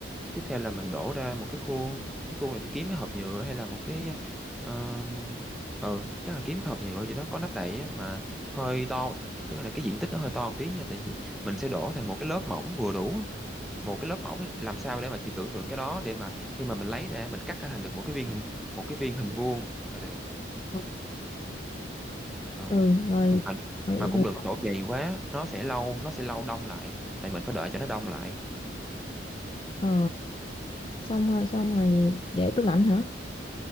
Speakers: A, in the centre; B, on the left.
A: tiếp theo là mình đổ ra một cái khuôn cái khuôn này chỉ kiếm cái hộp nhựa hay là một cái ờ, ừ chắc là kiếm cái hộp nhựa gì đó có nắp đậy á, mà hơi to tức là cái diện tích nó hơi to một tí nha tại vì mình sẽ đổ thành một cái lớp mỏng vừa đủ á. một cái lớp mỏng làm sao để mà chị tưởng tượng cái đó để mà khi mà mình lấy ra mình cắt ra thành được một cái viên hình một cái viên hình vuông là được
B: ừ
A: ừ
B: rồi rồi,
A: mà, mà cũng
B: rồi
A: đừng có đổ dày quá nó sẽ lâu nó sẽ lâu đông lại tại mình phải đợi cho nó đông lại
B: ờ xong rồi xong rồi để tủ lạnh hả